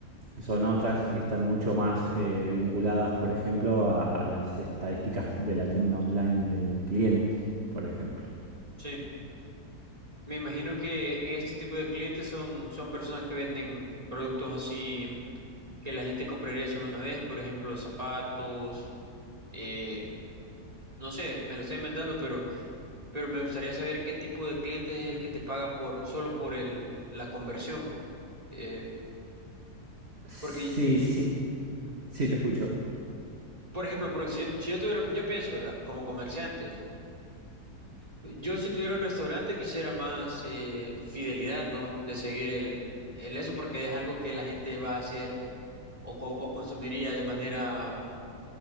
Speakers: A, on the right; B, on the right.
A: son otras y están mucho más eh, vinculadas, por ejemplo, a a las estadísticas de la tienda online del cliente, por ejemplo.
B: Sí. Me imagino que este tipo de clientes son, son personas que venden productos así que la gente compraría solo una vez, por ejemplo, zapatos, eh, no sé, me lo estoy inventando, pero, pero me gustaría saber qué tipo de cliente es el que te paga por, solo por el, la conversión. Eh,
A: Sí,
B: porque,
A: sí,
B: ujú.
A: sí, te escucho.
B: por ejemplo, porque si, yo si yo tuviera, yo pienso, ¿verdad? Como comerciante, Yo si tuviera un restaurante quisiera más eh, fidelidad, ¿no? De seguir el, el eso porque es algo que la gente va a hacer o, co- o consumiría de manera